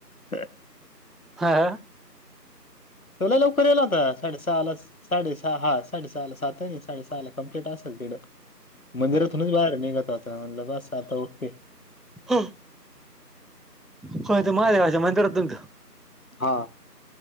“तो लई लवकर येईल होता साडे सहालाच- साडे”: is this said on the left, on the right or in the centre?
Left